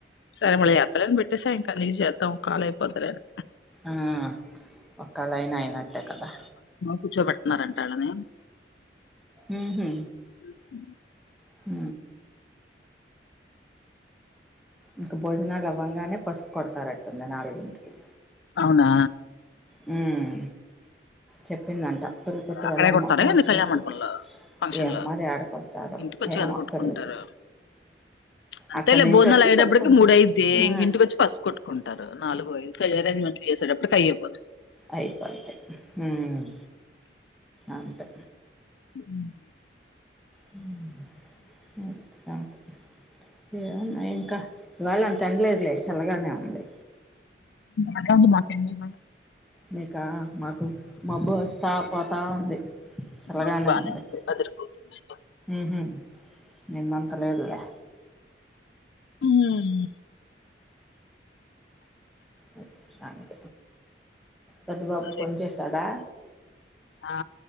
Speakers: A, on the left (about 75°); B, in the centre.
A: సరే మళ్ళో ఎత్తాలే అని పెట్టేసా ఇంకా నీక్ షేద్దాం కాల్ అయిపోతలే అని
B: ఆ ఒక లైన్ అయినట్టే కదా
A: కూర్చోబెట్నారంట ఆళ్ళని
B: ఉహు
A: మ్
B: ఊ ఇంకా భోజనాలు అవ్వంగానే పసుపు కొడతారుట్టుందని నాలుగు ఇంటికి
A: అవునా
B: హ్మ్మ్ చెప్పిందంట పెళ్ళి కూతురు
A: అక్కడే
B: వాళ్ళమ్మ
A: కొడతారా
B: ఫోన్
A: ఏంది
B: చేసి
A: కళ్యాణ మండపంలో ఫంక్షన్
B: ఏమ్మరి
A: లో
B: ఏడ కుడతారో
A: ఇంటికొచ్చి
B: ఏమో
A: కదా కొట్టుకుంటారు
B: తెలీదు
A: అంతేలే
B: అక్కడి నుంచి
A: బోజనాలు
B: వచ్చి
A: అయేటప్పటికి
B: కొట్టుకుంటారు
A: మూడు అయిద్ది
B: ఉ
A: ఇంక ఇంటికి వచ్చి ఫస్ట్ కొట్టుకుంటారు నాలుగు ఐదు అరేంజ్మెంట్ దిగేసేటప్పుడు కయ్యుమ్
B: అయిపోంత హుమ్ అంతే
A: ఉమ్
B: హ్మ్మ్ అంతే సంగతి ఏన్నా ఇంకా ఇవాళ అంత ఎండలేదులే చల్లగానే ఉంది
A: అదే అంది మా పిన్ని ఇవాళ
B: మీకా మాకు మబ్బు వస్తా పోతా ఉంది చలగానేే
A: మరి బానే
B: ఉంది
A: అదిరిపోతుందండి
B: ఉహూ నిన్నంత లేదులే
A: హ్మ్మ్
B: అ శాంత పెద్ద బాబు
A: అదే
B: ఫోన్ చేశాడా
A: ఆ